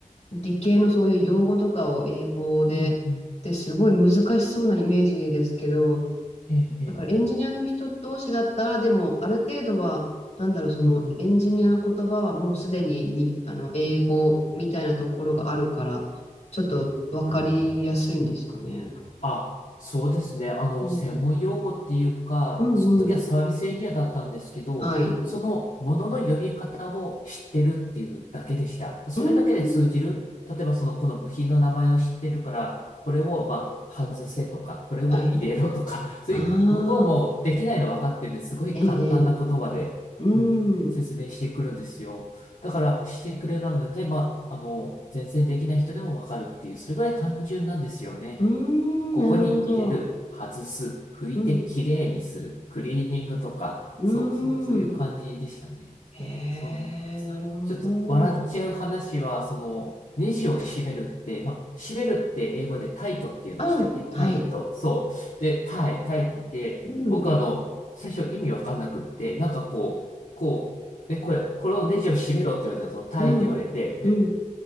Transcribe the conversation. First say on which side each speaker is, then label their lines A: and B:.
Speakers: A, on the left; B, on the left.
A: 理系のそういう用語とかを英語で、
B: うんうん。
A: ですごい難しそうなイメージですけど、
B: ええ、ええ。
A: だからエンジニアの人同士だったら、でもある程度は、なんだろう、そのエンジニアの言葉はもうすでに、
B: うんうん。
A: に、あの英語みたいなところがあるから、ちょっとわかりやすいんですかね。
B: あ、そうですね。あの、
A: うん、
B: 専門用語っていうか、
A: うんうん。
B: その時はサービスエンジニアだったんですけど、
A: はい。
B: そのものの呼び方を知ってるっていうだけでした。それだけで通じる。
A: うん。
B: 例えばその、この部品の名前を知ってるから、これを、まあ、外せとか、これを入れろとか、
A: はい。
B: <laughs> そういう、
A: あ
B: 向こうもできないの分かってるんで、
A: あ、
B: すごい簡単な言葉で、
A: ええ、ええうん。
B: うん、説明してくるんですよ。だから、してくれるので、まあ、あの、全然できない人でも分かるっていう、それぐらい単純なんですよね。
A: うん、
B: ここに入れる、
A: なるほど。
B: 外す、拭いてきれいにする、
A: うん。
B: クリーニングとか、
A: うん。
B: そうそう、そういう感じでしたね。
A: へえ、
B: そうなんです。
A: なるほど。
B: ちょっと笑っちゃう話は、その、ネジを締めるって、まあ、締めるって英語でタイトって言うんでしたっけタイト。
A: あ、はい。
B: そう。で、タイ、タイって言って、
A: うん、
B: 僕あの、最初意味わかんなくって、なんかこう、こう、で、これ、このネジを締めろって言われたんですよ。タイって言われて、
A: うん、
B: で、
A: うん。